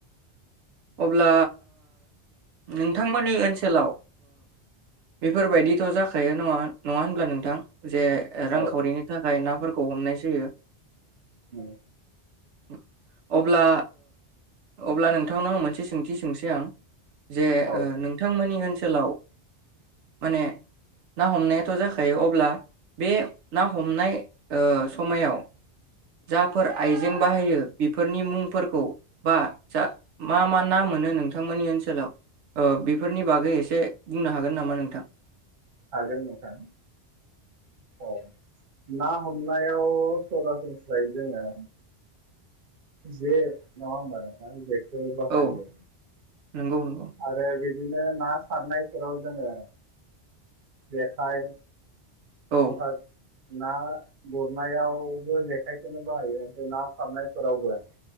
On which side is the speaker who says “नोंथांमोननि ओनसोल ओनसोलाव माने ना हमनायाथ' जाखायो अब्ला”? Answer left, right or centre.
Right